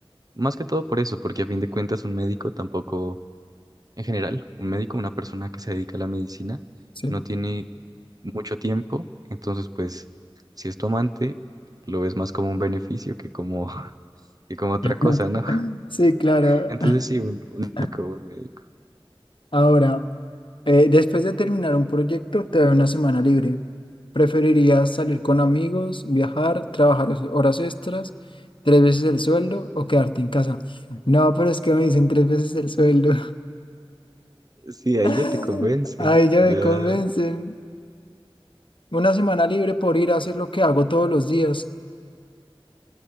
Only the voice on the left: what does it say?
Sí.
<laughs>
Sí, claro.
<laughs>
Ahora. Eh, después de terminar un proyecto, te doy una semana libre. ¿Preferirías salir con amigos, viajar, trabajar os- horas extras, tres veces el sueldo o quedarte en casa? No, pero es que me dicen tres veces el sueldo.
<laughs>
Ay, ya
me convencen. Una semana libre por ir a hacer lo que hago todos los días.